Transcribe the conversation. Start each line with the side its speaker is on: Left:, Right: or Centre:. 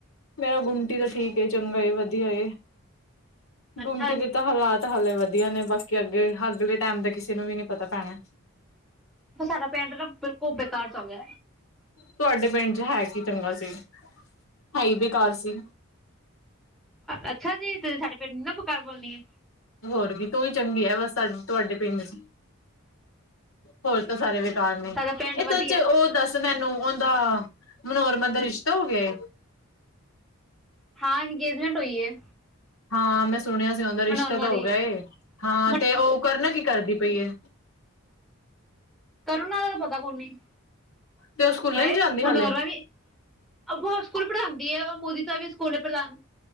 Left: ਮੇਰਾ ਗੁੰਮਟੀ ਤਾਂ ਠੀਕ ਏ ਚੰਗਾ ਵਦੀਆ ਏ,
Centre: ਅੱਛਾ
Left: ਗੁੰਮਟੀ ਦੇ ਤਾਂ ਹਾਲਾਤ ਤਾਂ ਹਾਲੇ ਵਦੀਆ ਨੇ ਬਾਕੀ ਅੱਗੇ ਅਗਲੇ ਟੈਮ ਦਾ ਕਿਸੇ ਨੂੰ ਵੀ ਨੀ ਪਤਾ ਭੈਨੇ।
Centre: ਸਾਡਾ ਪਿੰਡ ਨਾ ਬਿਲਕੁਲ ਬੇਕਾਰ ਚ ਔਂਦਾ।
Left: ਤੁਆਡੇ ਪਿੰਡ ਚ ਹੈ ਕੀ ਚੰਗਾ ਸੀ, ਹੈਈ ਬੇਕਾਰ ਸੀ।
Centre: ਅੱਛਾ ਜੀ ਤੁਸੀਂ ਸਾਡੇ ਪਿੰਡ ਨੂੰ ਨਾ ਬੁਕਾਰ ਬੋਲਨੀ ਐ।
Left: ਹੋਰ ਵੀ ਤੂੰਈ ਚੰਗੀ ਐ ਬਸ ਸਾਡੇ ਤੁਆਡੇ ਪਿੰਡ ਚ। ਹੋਰ ਤਾਂ ਸਾਰੇ ਬੇਕਾਰ ਨੇ
Centre: ਸਾਡਾ ਪਿੰਡ
Left: ਏ
Centre: ਵਧੀਆ
Left: ਸੱਚ ਓ ਦੱਸ ਦੱਸ ਮੈਨੂੰ ਓਦਾ ਮਨੋਹਰਮਨ ਦਾ ਰਿਸ਼ਤਾ ਹੋ ਗੇਆ ਏ।
Centre: ਹਾਂ ਇੰਨਗੇਜਮੈਂਟ ਹੋਈ ਏ।
Left: ਹਾਂ ਮੈਂ ਸੁਨੇਆ ਸੀ ਓਦਾ ਰਿਸ਼ਤਾ
Centre: ਮਨੋਰਮਾ
Left: ਤਾਂ
Centre: ਦੀ
Left: ਹੋ ਗੇਆ ਏ, ਹਾਂ
Centre: ਮਨ
Left: ਤੇ ਓ ਕਰਨਾ ਕੀ ਕਰਦੀ ਪਈ ਏ।
Centre: ਕਰਨ ਆਲਿਆਂ ਦਾ ਪਤਾ ਕੋਨੀ।
Left: ਤੇ ਉਹ ਸਕੂਲੇ
Centre: ਪਏ
Left: ਨੀ ਜਾਂਦੀ
Centre: ਮਨੋਰਮਾ
Left: ਹਾਲੇ
Centre: ਵੀ ਅ ਸਕੂਲ ਪੜਾਂਦੀ ਐ ਮੋਦੀ ਤਾਂ ਵੀ ਸਕੂਲੇ ਪ੍ਰਧਾਨ,